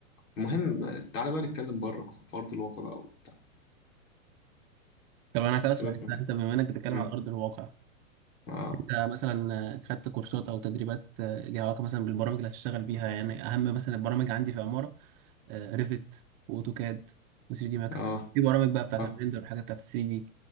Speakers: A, on the left; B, on the right.
A: المهم آه، تعالى بقى نتكلم بره مثلا في ارض الواقع بقى وبتاع
B: طب انا اسالك
A: سيبك
B: سؤال انت
A: من
B: أنت بما انك بتتكلم
A: مم.
B: على ارض الواقع
A: اه
B: انت مثلا خدت كورسات او تدريبات آه، ليها علاقه مثلا بالبرامج اللي هتشتغل بيها يعني اهم مثلا البرامج عندي في عماره ريفت واوتوكاد و3 دي ماكس
A: اه
B: في برامج بقى بتاعت
A: اه
B: الريندر والحاجات بتاعت 3 دي